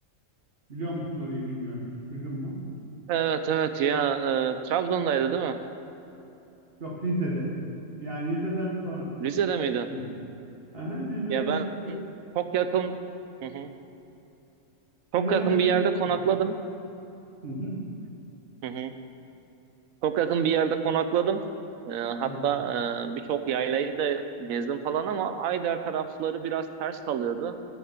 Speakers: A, on the right; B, on the right.
A: Biliyor musun orayı bilmiyorum. Hiç duydun mu?
B: Evet evet ya e, Trabzon'daydı değil mi?
A: Yok Rize'de. Yani Rize'den sonra.
B: Rize'de miydi?
A: değil. Aha, Rize'den
B: Ya ben
A: çıkıyorsun.
B: çok yakın hı hı, çok
A: Rize'den
B: yakın
A: çıkıyorsun.
B: bir yerde konakladım.
A: Hı hı.
B: Hı hı. Çok yakın bir yerde konakladım. E, hatta
A: Evet.
B: e, birçok yaylayı da gezdim falan ama Ayder tarafları biraz ters kalıyordu.